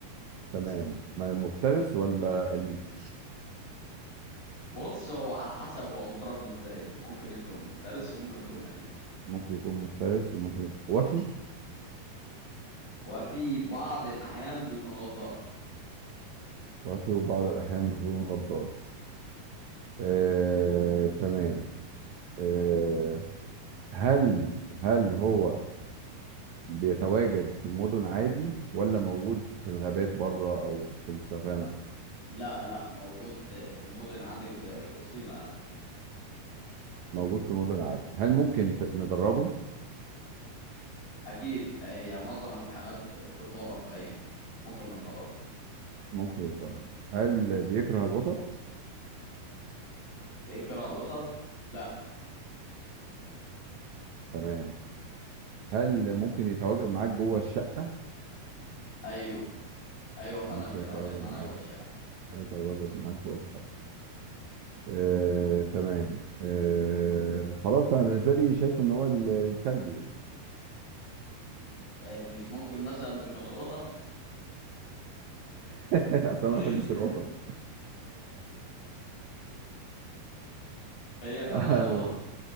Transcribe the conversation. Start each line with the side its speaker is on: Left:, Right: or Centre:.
Right: تمام ما- مفترس ولا أليف
Left: بص هو على حسب هو متربي ازاي ممكن يكون مفترس وممكن يكون اليف
Right: ممكن يكون مفترس وممكن وفي
Left: وفي بعض الاحيان بيكون غدار
Right: وفي وبعض الأحيان يكون غدار آه، تمام آه، هل هل هو بيتواجد في المدن عادي ولا موجود في الغابات بره او في السافانا
Left: لا لا موجود في المدن عادي وبيعيش وسطينا يعني
Right: موجود في المدن عادي هل ممكن ت- ندربه
Left: اكيد هي معظم الحيوانات بتتدرب ايوه ممكن نضربه
Right: ممكن يتدرب هل بيكره القطط
Left: بيكره القطط لا
Right: تمام هل ممكن يتواجد معاك جوه الشقة
Left: ايوه ايوه فعلا
Right: ممكن
Left: بيتواجد
Right: يتواجد
Left: معانا
Right: معاك
Left: جوه الشقة
Right: يتواجد معاك جوه الشقة آه، تمام آه، خلاص انا بالنسبة لي شايف ان هو ال- الكلب يعني
Left: طيب مش ممكن مثلا تكون القطط
Right: <laughs> اصلا
Left: <laughs>
Right: ما بحبش القطط
Left: هي فعلا
Right: <laughs>
Left: الغلط